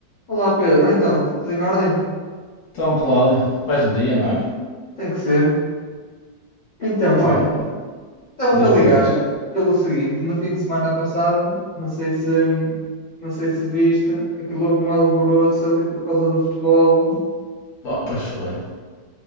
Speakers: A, on the left (about 30°); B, on the left (about 50°).
A: Olá Pedro, então, tudo em ordem?
B: Então, Cláudio, mais um dia, não é?
A: Tem que ser. Então, olha,
B: Pá, ó,
A: estava-te
B: diz-me
A: a ligar
B: coisas.
A: pelo seguinte, no fim de semana passado, não sei se, não sei se viste, aquilo houve um alvoroço ali por causa do futebol.
B: Oh, pois foi.